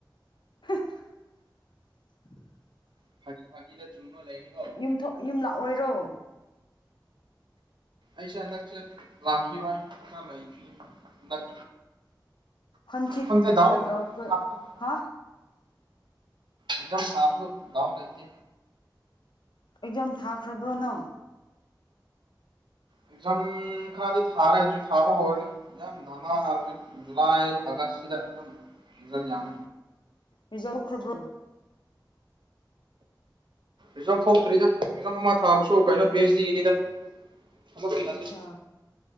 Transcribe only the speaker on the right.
<unintelligible>
ꯑꯩꯁꯦ ꯍꯟꯗꯛꯁꯦ ꯂꯥꯛꯈꯤꯔꯣꯏ ꯈꯔ ꯂꯩꯈꯤ ꯍꯟꯗꯛ
ꯈꯪꯗꯦ ꯗꯥꯎ
ꯑꯦꯛꯖꯥꯝ
ꯑꯦꯛꯖꯥꯝ ꯊꯥꯕꯗꯨ ꯗꯥꯎ ꯂꯩꯇꯦ
ꯑꯦꯛꯖꯥꯝ ꯈꯔꯗꯤ ꯊꯥꯔꯦ ꯍꯧꯖꯤꯛ ꯊꯥꯕ ꯍꯧꯔꯅꯤ ꯌꯥꯝ ꯙꯃꯥꯂ ꯍꯧꯖꯤꯛ ꯖꯨꯂꯥꯏ ꯑꯒꯁꯤꯗ ꯑꯗꯨꯝ <unintelligible> ꯌꯥꯝ
ꯔꯤꯖꯜ ꯊꯣꯛꯇ꯭ꯔꯤꯗ ꯑꯦꯛꯖꯥꯝ ꯑꯃ ꯊꯥꯕꯁꯨ ꯀꯩꯅꯣ ꯄꯤ ꯑꯩꯆ ꯗꯤꯒꯤꯅꯤꯗ ꯊꯕꯛꯀꯤ
ꯅꯠꯇꯦ